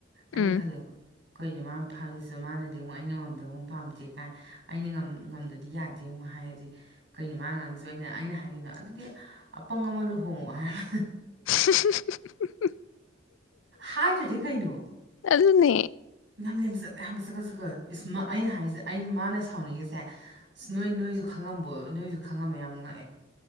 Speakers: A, on the right; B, on the left.
A: ꯑꯅꯦ
B: ꯎꯝ
A: ꯈꯜꯦꯈꯣꯏ ꯀꯩꯅꯣ ꯃꯥꯅ ꯐꯔꯤꯁꯨ ꯃꯥꯅꯗꯤ ꯑꯃꯨꯛ ꯑꯩꯅ ꯉꯝꯗꯕ ꯑꯃꯨꯛ ꯄꯥꯝꯗꯦ ꯀꯥꯏ ꯑꯩꯅ ꯉꯝꯗꯗꯤ ꯌꯥꯗꯦ ꯑꯃꯨꯛ ꯍꯥꯏꯔꯗꯤ ꯀꯩꯩꯅꯣ ꯃꯥ ꯉꯥꯡꯉꯁꯨ ꯑꯩꯅ ꯑꯩꯅ ꯍꯥꯏꯈꯤꯕꯅ ꯑꯗꯨꯗꯤ ꯑꯄꯪ ꯑꯃ ꯂꯨꯍꯣꯡꯉꯑꯣ ꯍꯥꯏꯔ
B: inaudible
A: ꯍꯥꯏꯗꯗꯤ ꯀꯩꯅꯣ
B: ꯑꯗꯨꯅꯦ
A: ꯌꯥꯝ ꯂꯦꯝꯕ ꯆꯠꯂꯦ ꯍꯥꯏꯕ ꯆꯛꯀꯠ ꯆꯛꯀꯠ ꯏꯁ ꯑꯩꯅ ꯍꯥꯏꯔꯤꯁꯦ ꯑꯩ ꯃꯥꯅ ꯁꯥꯎꯅꯤꯡꯉꯤꯁꯦ ꯅꯣꯏ ꯅꯣꯏꯁꯨ ꯈꯪꯉꯝꯕꯣ ꯅꯣꯏꯁꯨ ꯈꯪꯉꯝꯃꯦ ꯌꯥꯝ ꯉꯛꯑꯦ